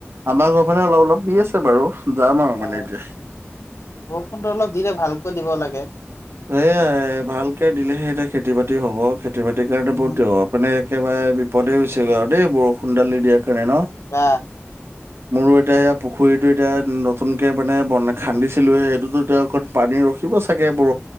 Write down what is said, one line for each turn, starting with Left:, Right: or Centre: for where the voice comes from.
Right: আমাৰ ঘৰ ফালে অলপ অলপ দি আছে বাৰু <unintelligible>
Left: অ
Right: এতিয়া।
Left: বৰষুণটো অলপ দিলে ভালকৈ দিব লাগে
Right: এয়াই ভালকে দিলেহে এতিয়া খেতি বাতি হব খেতি বাতিৰ কাৰণে
Left: উম
Right: বহু দ মানে একেবাৰে বিপদে হৈছেগৈ আৰু দেই বৰষুণ দালি দিয়াৰ কাৰণে ন
Left: বা
Right: মোৰো এতিয়া সয়া পুখুৰীটো এতিয়া নতুন কে মানে বন খান্দিছিলো সেইটোতো এতিয়া পানী ৰখি দিব চাগে বৰ